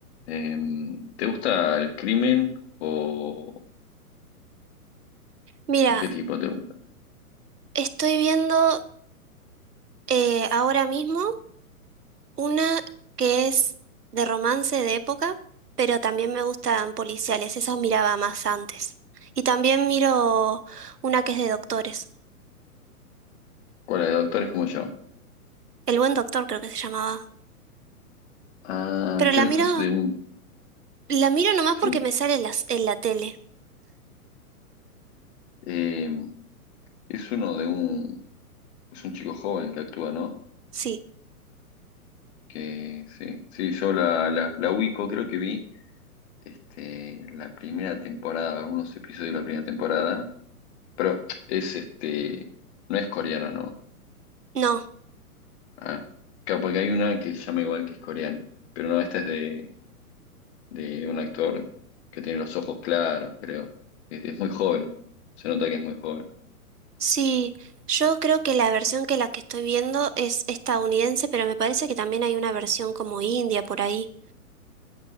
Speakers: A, on the left; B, on the right.
A: Em, ¿te gusta el crimen? o
B: Mira,
A: ¿O qué tipo te gusta?
B: estoy viendo. Eh, ahora mismo, una que es de romance de época, pero también me gustan policiales, esas miraba más antes. Y también miro una que es de doctores,
A: ¿Cuál es? ¿De ¿Doctores como yo?
B: El buen doctor creo que se llamaba.
A: Ah,
B: Pero la
A: creo
B: miro,
A: que es de un...
B: la miro nomás
A: Sí.
B: porque me sale en las, en la tele.
A: Eh, es uno de un... Es un chico joven que actúa, ¿no?
B: Sí,
A: Que sí. Sí, yo la, la, la ubico, creo que vi este, la primera temporada, algunos episodios de la primera temporada. Pero es este... No es coreana, ¿no?
B: no,
A: Ah, claro, porque hay una que se llama igual que es coreana. Pero no, esta es de, de un actor que tiene los ojos claros, creo. Es, es muy joven. Se nota que es muy joven.
B: sí, yo creo que la versión que la que estoy viendo es estadounidense, pero me parece que también hay una versión como india por ahí.